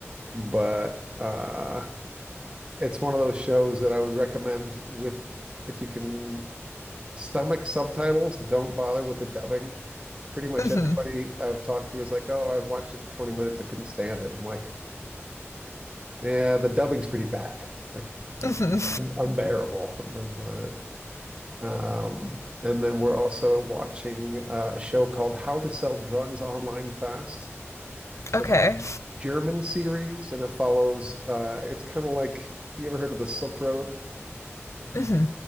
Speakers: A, on the right; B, on the left.
A: but uh it's one of those shows that I would recommend with if you can stomach subtitles don't bother with the dubbing. Pretty much
B: hmm
A: everybody I've talked to is like, "Oh, I watched it for 20 minutes. I couldn't stand it." I'm like, "Yeah, the dubbing's pretty bad, like
B: hmm
A: un unbearable." <laughs> Um, uh, um, and then we're also watching uh, a show called How to Sell Drugs Online Fast. It's
B: Okay.
A: a German series, and it follows. Uh, it's kind of like, have you ever heard of the Silk Road?
B: hmm